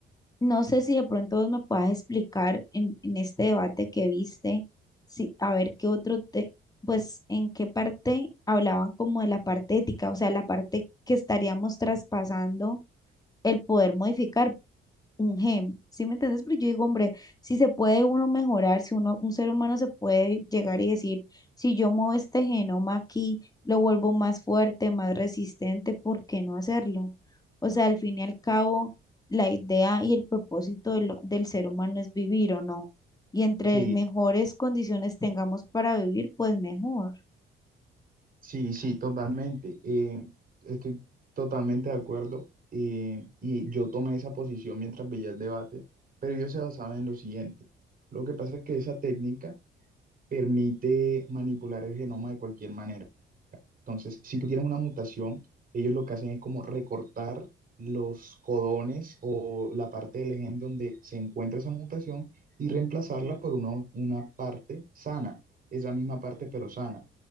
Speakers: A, on the left; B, on the right.
A: No sé si de pronto vos me puedas explicar en, en este debate que viste, si, a ver qué otro te, pues en qué parte hablaban como de la parte ética, o sea, la parte que estaríamos traspasando el poder modificar un gem, ¿sí me entiendes? Pero yo digo, hombre, si se puede uno mejorar, si uno, un ser humano se puede llegar y decir, si yo muevo este genoma aquí, lo vuelvo más fuerte, más resistente, ¿por qué no hacerlo? O sea, al fin y al cabo, la idea y el propósito de lo- del ser humano es vivir o no. Y entre
B: Sí,
A: mejores condiciones tengamos para vivir, pues mejor.
B: sí, sí, totalmente. Eh, estoy totalmente de acuerdo. eh, y yo tomé esa posición mientras veía el debate, pero yo se basaba en lo siguiente. Lo que pasa es que esa técnica permite manipular el genoma de cualquier manera. Entonces, si tú tienes una mutación, ellos lo que hacen es como recortar los codones o la parte del gen donde se encuentra esa mutación y reemplazarla por uno- una parte sana, es la misma parte pero sana.